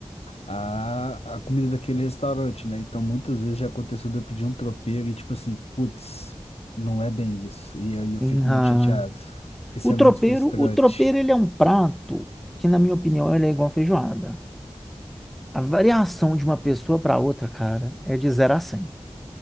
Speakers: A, on the left; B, in the centre.
A: à, à comida daquele restaurante, né? Então muitas vezes já aconteceu de eu pedir um tropeiro e tipo assim, putz, não é bem isso. E aí eu
B: Uhum.
A: fico muito chateado. Isso
B: O
A: é
B: tropeiro,
A: muito frustrante.
B: o tropeiro, ele é um prato que, na minha opinião, ele é igual feijoada. A variação de uma pessoa para outra, cara, é de zero a cem